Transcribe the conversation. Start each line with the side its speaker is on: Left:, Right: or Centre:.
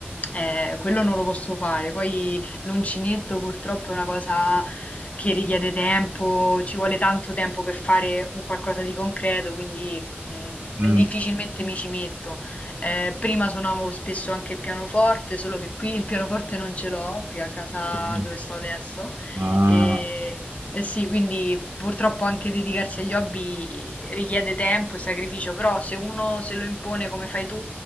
Left: eh, quello non lo posso fare. Poi l'uncinetto purtroppo è una cosa che richiede tempo, ci vuole tanto tempo per fare un qualcosa di concreto, quindi mm,
Right: mm.
Left: difficilmente mi ci metto. Eh, prima suonavo spesso anche il pianoforte, solo che qui il pianoforte non ce l'ho, qui a casa
Right: mm,
Left: dove sto adesso.
Right: Ah.
Left: E, e sì, quindi purtroppo anche dedicarsi agli hobby richiede tempo e sacrificio, però se uno se lo impone come fai tu,